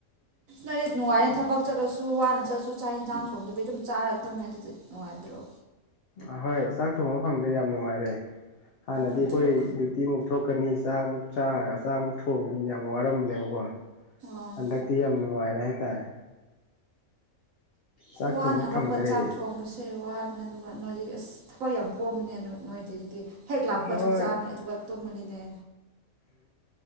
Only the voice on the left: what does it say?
ꯑꯍꯣꯏ ꯆꯥꯛ ꯊꯣꯡꯕ ꯐꯪꯗ꯭ꯔꯦ ꯌꯥꯝ ꯅꯨꯡꯉꯥꯏꯔꯦ ꯍꯥꯟꯅꯗꯤ
ꯑꯩꯈꯣꯏ
ꯗ꯭ꯌꯨꯇꯤꯃꯨꯛ ꯊꯣꯛ ꯊꯛꯀꯅꯤ ꯆꯥꯛ ꯃꯨꯛ ꯆ ꯆꯥꯛ ꯃꯨꯛ ꯊꯣꯡꯒꯅꯤ ꯌꯥꯝ ꯋꯥꯔꯝꯕꯅꯦꯕꯀꯣ
ꯍꯟꯗꯛꯇꯤ ꯌꯥꯝ ꯅꯨꯡꯉꯥꯏꯔꯦ ꯍꯥꯏꯇꯥꯔꯦ ꯆꯥꯛ
ꯊꯣꯡꯕ
ꯐꯪꯗ꯭ꯔꯦ
ꯍꯣꯏ